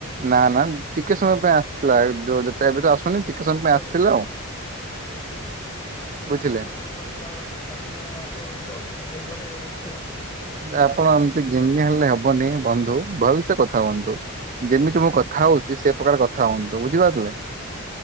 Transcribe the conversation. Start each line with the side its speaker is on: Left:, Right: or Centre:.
Right: ନା ନା ଟିକେ ସମୟ ପାଇଁ ଆସିଥିଲା ଯୋ ଯେତେ ଏବେ ତ ଆସୁନି ଟିକେ ସମୟ
Left: କାରଣ
Right: ପାଇଁ ଆସିଥିଲା ଆଉ ବୁଝିଲେ।
Left: ମୁଁ ଇଆ ପୂର୍ବରୁ କଥା ହେଉଥିଲି ଆସିନି ମାନେ ଆପଣଙ୍କର କିଛି ଅସୁବିଧା ହେଇପାରେ ଦେଖିବା।
Right: ଆପଣ ଏମତି ଙ୍ଗିଙ୍ଗି ହେଲେ ହବନି ବନ୍ଧୁ ଭଲସେ କଥା ହୁଅନ୍ତୁ। ଯେମିତି ମୁଁ କଥା ହଉଛି ସେ ପ୍ରକାର କଥା ହୁଅନ୍ତୁ ବୁଝିପାରିଲେ।